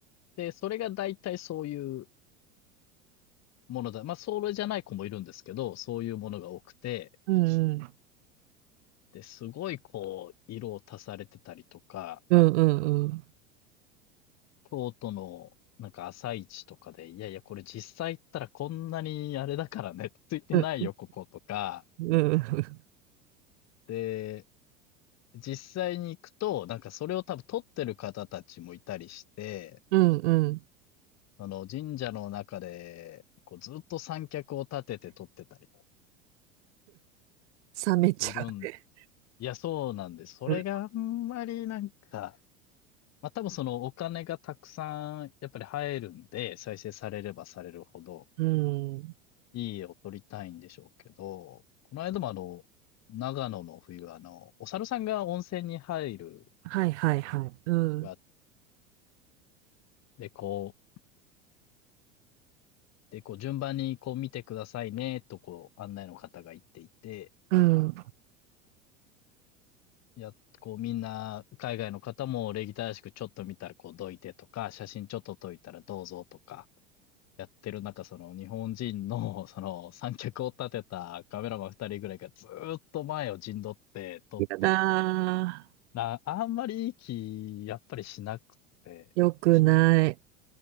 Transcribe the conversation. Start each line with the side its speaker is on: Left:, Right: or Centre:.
Left: で、それが大体そういうものだ。まあ、それじゃない子もいるんですけど、そういうものが多くて、
Right: うん。うん
Left: で、すごいこう、色を足されてたりとか、
Right: うんうんうん。
Left: 京都のなんか朝市とかで、いやいや、これ実際行ったらこんなにあれだからね、ついてないよ、
Right: うん
Left: ここ、とか。
Right: うんうん。
Left: で、実際に行くと、なんかそれを多分撮ってる方たちもいたりして、
Right: うんうん。
Left: その神社の中で、こうずっと三脚を立てて撮ってたり、
Right: 冷めちゃうね。
Left: いるん、いや、そうなんです。それがあんまりなんか、
Right: うん。
Left: まあ多分そのお金がたくさんやっぱり入るんで、再生されればされるほど
Right: うん。
Left: いい絵を撮りたいんでしょうけど、この間もあの、長野の冬はあの、お猿さんが温泉に入る
Right: はいはいはい。うん。
Left: 場所があってで、こう、で、こう順番にこう見てくださいね、とこう案内の方が言っていて、
Right: うん。
Left: いや、こうみんな海外の方も礼儀正しくちょっと見たらこうどいてとか、写真ちょっと撮いたらどうぞとか、てる中、その日本人の、その三脚を立てたカメラマン二人ぐらいがずーっと前を陣取って撮っていて、
Right: やだ
Left: な、あんまりいい気、やっぱりしなくて、
Right: ー。よくない。